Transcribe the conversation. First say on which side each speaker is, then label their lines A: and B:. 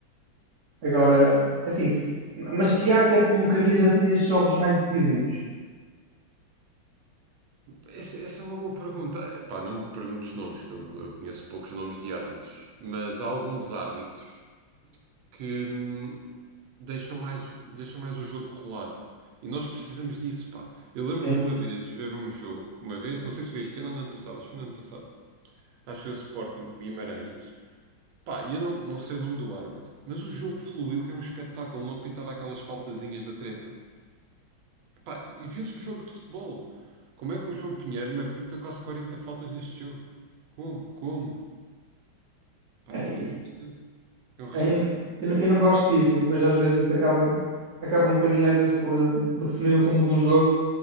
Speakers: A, on the right; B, on the right.
A: agora, assim, mas que arte é que colocarias assim nestes jogos mais decisivos?
B: Essa, essa é uma boa pergunta. Epá, não me perguntes os nomes, que eu, eu conheço poucos nomes de árbitros, mas há alguns árbitros que hum, deixam mais, deixam mais o jogo rolar. E nós precisamos disso, pá. Eu
A: Sim.
B: lembro de uma vez ver um jogo, uma vez, não sei se foi este ano ou no ano passado, acho que foi no ano passado, acho que foi o Sporting com o Guimarães. Pá, e eu não, não sei o nome do árbitro, mas o jogo fluiu, que era um espetáculo, não apitava aquelas faltazinhas da treta. Pá, e viu-se o jogo de futebol. Como é que o João Pinheiro me apita quase 40 faltas neste jogo? Como? Como? Pá,
A: É,
B: eu não percebo. É horrível.
A: É, eu, n- eu, n- eu não gosto disso e depois às vezes isso acaba, acaba um bocadinho às vezes por, eh, por definir o rumo do jogo